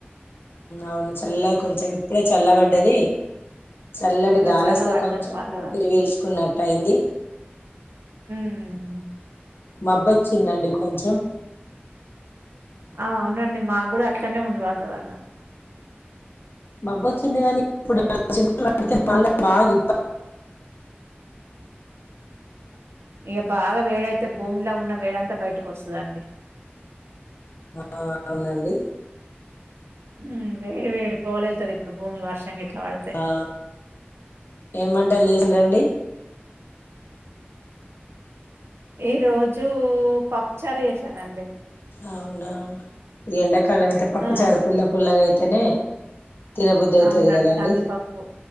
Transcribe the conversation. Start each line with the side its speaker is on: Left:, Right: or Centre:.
Left: అవును చల్ల కొంచం ఇప్పుడే చల్ల పడ్డది. చల్లటి
Right: అదే
Left: గాలి
Right: చల్ల
Left: వస్తే
Right: పడుతుంది
Left: కొంచం
Right: వాతావరణం
Left: ఊపిరి పిల్చుకున్నట్టు అయింది.
Right: హ్మ్
Left: మబ్బు వచ్చిందండి కొంచం
Right: ఆ అవునండి మాకు గూడా అట్లనే ఉంది వాతావరణం.
Left: మబ్బు వచ్చింది గానీ ఇప్పుడు నలుగు చినుకులు పడితే మళ్ళా బాగా ఇబ్బంది
Right: ఇగ బాగా వేడి అయితే భూమిలో ఉన్న వేడి అంతా బయటికి వస్తదండి.
Left: ఆ ఆ అవునండి
Right: హ్మ్ వేడి వేడి పోగల్ వెళ్తాది ఇప్పుడు భూమి వర్షం గిట్ల పడి
Left: ఆ ఏం వంటలు చేసిలు అండి
Right: ఈ రోజు పప్పు చార్ చేేసానండి
Left: అవునా ఈ ఎండాకాలం అయితే పప్పుచారు
Right: ఆ!
Left: పుల్ల పుల్లగా అయితేనే తినబుద్ధి అయితది
Right: అవునండి.
Left: కదా అండి.
Right: కందిపప్పు.